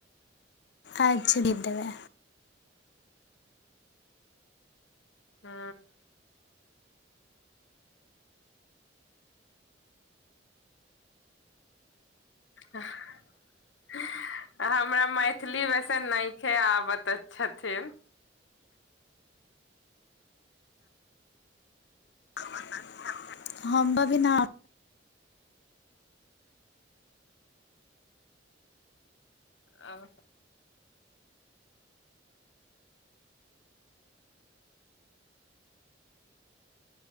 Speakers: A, on the left; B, on the left.
A: अच्छा भे <unintelligible> देबै
B: हू ह <unintelligible> हमरा मैथिली वैसे नइखे आबत छथिन।
A: <unintelligible> हम्ब भी ना
B: <inaudible> आ